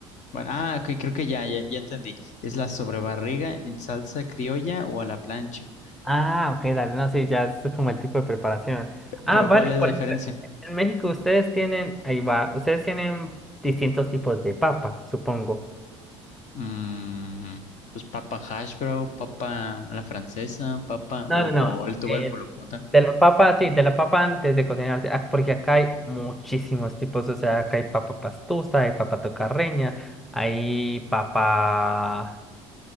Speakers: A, on the left (about 50°); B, in the centre.
A: Bueno, ah, ok, creo que ya, ya, ya entendí. ¿Es la sobrebarriga en salsa criolla o a la plancha?
B: Ah, ok, dale, no, sí, ya es como el tipo de preparación. Ah,
A: Pero
B: vale,
A: ¿cuál es
B: por
A: la diferencia?
B: ejemplo, en México ustedes tienen, ahí va, ustedes tienen distintos tipos de papa, supongo.
A: Mm, pues papa hash brown, papa a la francesa, papa
B: No,
A: o,
B: no, no,
A: o el tubérculo
B: eh,
A: como tal.
B: de la papa, sí, de la papa antes de cocinarse, ah, porque acá hay muchísimos tipos, o sea, acá hay papa pastusa, hay papa tocarreña, hay papa...